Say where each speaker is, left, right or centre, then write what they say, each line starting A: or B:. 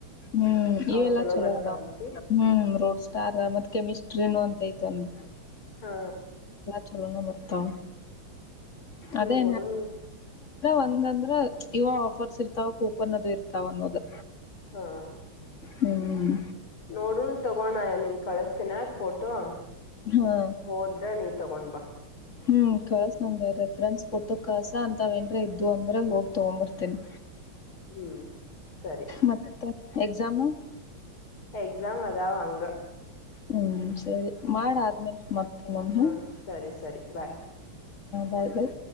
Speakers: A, on the left; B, on the left.
A: ಹ್ಮ್ ಇವೆಲ್ಲಾ
B: ಅವ್
A: ಚಲೋ
B: ಬರ್ತಾವಂತಿ
A: ಅದ ಹ್ಮ್ ರೋಡ್ ಸ್ಟಾರ್ ಮತ್ತತ್ ಕೆಮಿಸ್ಟ್ರಿನ ಅಂತ ೈತ್ ಒಂದು
B: ಹಾ
A: ಚಲೋನ ಬರ್ತಾ ಅದೇ
B: ನೋಡುನ್
A: ಒಂದ್ ಅಂದ್ರ ಇವ ಆಫರ್ಸ್ ಇರ್ತಾವ ಕೂಪನ್ ಅದು ಇರ್ತಾವ ಅನ್ನೋದು
B: ಹಾ
A: ಹ್ಮ್
B: ನೋಡುನು ತಗೋಣಯ ನಿಂಗ ಕಳಸ್ತೀಿನ ಫೋಟೋ
A: ಹಾ
B: ಹೋದ್ರ ನೀ ತಗೊಂಡ್ ಬಾ
A: ಹ್ಮ್ ಕಳಸ ನಂಗ ರೆಫ್ರನ್ಸ್ ಕೊಟ್ಟ ಕಸ ಅಂತ ಏನ್ರ ಇದ್ದು ಅಂದ್ರೆ ಹೋಗ್ ತಗೊಂಬರ್ತೇನ್ಿ
B: ಹ್ಮ್ ಸರಿ
A: ಮತ್ತ ಎಕ್ಸಾಮ್
B: ಎಕ್ಸಾಮ್ ಅಾವ ಅಂಗ
A: ಹ್ಮ್ ಸರಿ ಮಾಡ ಆದ್ಮೇಲೆ ಮತ್ತ
B: ಹ
A: ಹಾ
B: ಸರಿ ಸರಿ ಬಾಯ್
A: ಬಾಯ್ ಬಾಯ್